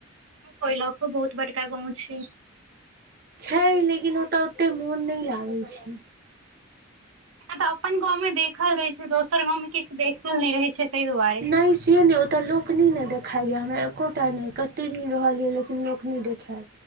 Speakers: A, on the right; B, on the right.
A: कोइलखो बहुत बड़का गाँव छैय।
B: छै लेकिन ओतऽ ओते मोन नै लागै छैय
A: हं तऽ अपन गाँव में देखल रहे छै, दोसर गाँव में किछ देखल नै रहे छैय तै दुआरे।
B: नय से नय ओतऽ लोक नैने देखाइए हमरा एकोटा नै, कते दिन रहलीयइ लेकिन लोक नै देखैल।